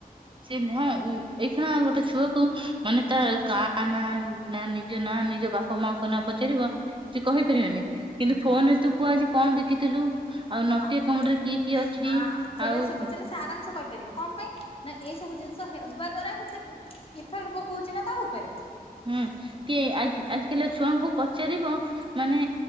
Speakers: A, on the right (about 35°); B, on the left (about 35°).
A: ଚିହ୍ନା ଏଇ ଖେଣା ଗୋଟେ ଛୁଆକୁ ମାନେ ତା ଗାଁ ତା ନାଁ ନାଁ ନିଜ ନାଁ ନିଜ ବାପ ମାଙ୍କ ନାଁ ପଚାରିବ ସେ କହିପାରିବେନି। କିନ୍ତୁ ଫୋନରେ
B: ହଁ
A: ତୁ ପୁଅ ଆଜି କଣ ଦେଖିଥିଲୁ? ଆଉ
B: ହଁ
A: ନଟିଆ କମେଡିରେ
B: ଠିକ
A: କିଏ କିଏ ଅଛି?
B: ହଁ ସେଇଟା
A: ଆଉ
B: ସେ ପଚାରିଲେ ସେ ଆରାମ ସେେ କହିପାରିବ କଣ ପାଇଁ? ନା ଏଇସବୁ ଜିନିଷ ହେବା ଦ୍ଵାରା ହିଁ ସେ ଇଫେକ୍ଟ ପକଉଚି ନା ତା ଉପରେ।
A: ହୁଁ କି ଆଜି ଆଜିକାଲିଆ ଛୁଆଙ୍କୁ ପଚାରିବ ମାନେ